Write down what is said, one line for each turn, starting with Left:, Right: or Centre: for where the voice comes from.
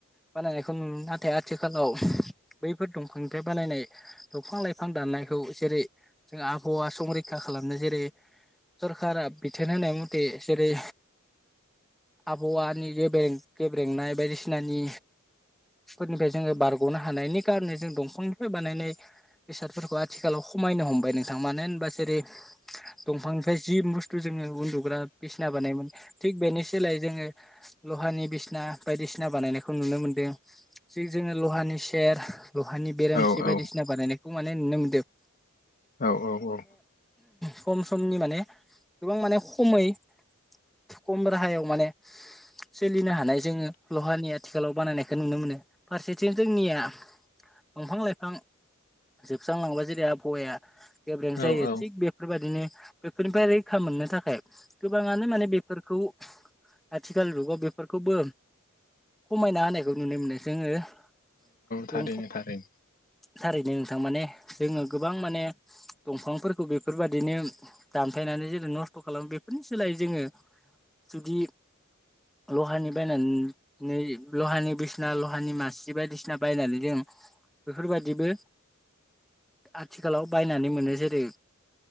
Centre: बानायनायखौ <unintelligible> नाथाय आथिखालाव बैफोर दंफांनिफ्राय बानायनाय दंफां लाइफां दाननायखौ जेरै जों आबहावा संरैखा खालामनो जेरै सरखारा बिथोन होनाय मथे जेरै आबहावानि गेब गेब्रेंनाय बायदिसिनानि फोरनिफ्राय जोङो बारग'नो हानायनि कारन जों दंफांनिफ्राय बानायनाय बेसादफोरखौ आथिखालाव खमायनो हमबाय नोंथां मानो होनबा जेरै दंफांनिफ्राय जि बुस्थु जोङो उन्दुग्रा बिसिना बानायोमोन थिग बेनि सोलाय जोङो लहानि बिसना बायदिसिना बानायनायखौ खौ नुनो मोनदों जि जोङो लहानि सेर लहानि बेरामसि
Left: औ औ
Centre: बायदिसिना बानायनायखौ माने नुनो मोनदों।
Left: औ औ औ।
Centre: सम समनि माने गोबां माने खमै खम राहायाव माने सोलिनो हानाय जोङो लहानि आथिखालाव बानायनायखौ नुनो मोनो फारसेथिं जोंनिया दंफां लाइफां जोबसांलां जेरै आबहावाया गोेब्रें
Left: औ
Centre: जायो
Left: औ
Centre: थिग बेफोरबायदिनो बेफोरनिफ्राय रैखा मोननो थाखाय गोबाङानो माने बेफोरखौ आथिखाल जुगाव बेफोरखौबो खमायना होनायखौ नुनो मोनो जोङो
Left: थारैनो
Centre: दंफां
Left: थारैनो
Centre: थारैनो नोंथां माने जोङो गोबां माने दंफांफोरखौ बेफोरबायदिनो दामफायनानै जेरै नस्थ' खालामो बेफोरनि सोलायै जोङो जुदि लहानि बायनानै लहानि बिसना लहानि मासि बायदिसिना बायनानै जों बेफोरबायदिबो आथिखालाव बायनानै मोनो जेरै